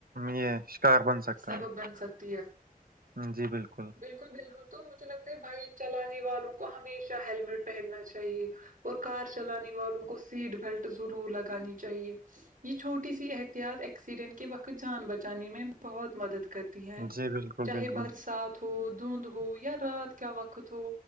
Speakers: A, on the right; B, on the right.
A: یہ کار بن سکتا
B: سبب
A: ہے
B: بن سکتی
A: جی بالکل
B: بالکل بالکل تو مجھے لگتا ہے بائک چلانے والوں کو ہمیشہ ہیلمٹ پہننا چاہیے اور کار چلانے والوں کو سیٹ بیلٹ ضرور لگانی چاہیے یہ چھوٹی سی احتیاط ایکسیڈنٹ کے وقت جان بچانے میں بہت مدد کرتی ہیں
A: جی بالکل
B: چاہے
A: بالکل
B: برسات ہو دھند ہو یا رات کا وقت ہو